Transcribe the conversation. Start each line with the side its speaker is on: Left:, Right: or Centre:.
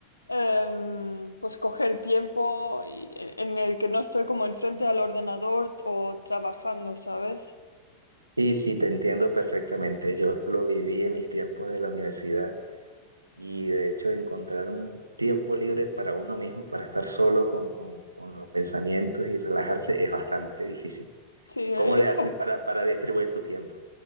Left: em, pues coger tiempo y- en en el que no estoy como enfrente al ordenador o trabajando, ¿sabes?
Right: Y sí, te entiendo perfectamente. Yo lo viví en mis tiempos de la universidad y de hecho encontrar un tiempo libre para uno mismo, para estar solo con, con- con los pensamientos y relajarse es bastante difícil.
Left: Sí, e,
Right: ¿Cómo le
Left: es
Right: haces para, para distribuir tu tiempo?